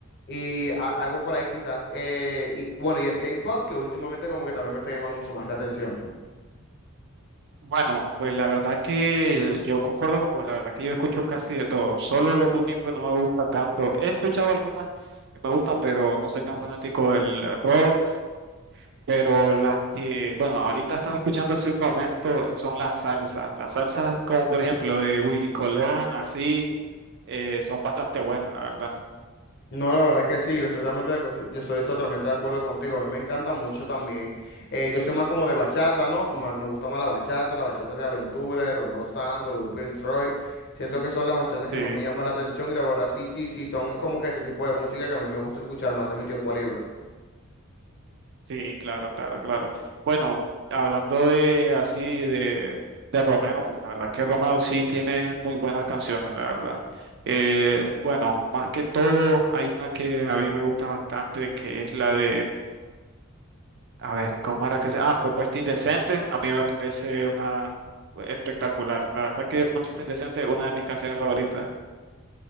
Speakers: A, on the left; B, on the right.
A: y a- algo por ahí quizás. eh, y bueno, y el K-pop, que últimamente como que también me está llamando mucho más la atención.
B: Bueno, pues la verdad que yo concuerdo con vos, la verdad que yo escucho casi de todo. Solo lo único que no me gusta tanto, he escuchado algunas que me gustan, pero no soy tan fanático del rock, pero las que, bueno, ahorita estaba escuchando hace un momento son las salsas, las salsas como por ejemplo de Willy Colón, así. eh, son bastante buenas, la verdad.
A: No, la verdad que sí, yo estoy totalmente de, acu- yo estoy totalmente de acuerdo contigo. A mí me encanta mucho también. eh, yo soy más como de bachata, ¿no? Más- me gusta más la bachata, la bachata de Aventura, de Romeo Santos, de un Prince Roy. Siento que son las bachatas que
B: Sí,
A: más me llaman la atención y la verdad sí, sí, sí, son como que ese tipo de música que a mí me gusta escuchar más en mi tiempo libre.
B: sí, claro, claro, claro. Bueno, hablando de así de, de Romeo, pues la verdad que Romeo sí tiene muy buenas canciones, la verdad. Eh, bueno, más que todo, hay una que a mí me gusta bastante, que es la de, a ver, ¿cómo era que se? Ah, Propuesta Indecente. A mí me parece una espectacular. La verdad que Propuesta Indecente es una de mis canciones favoritas.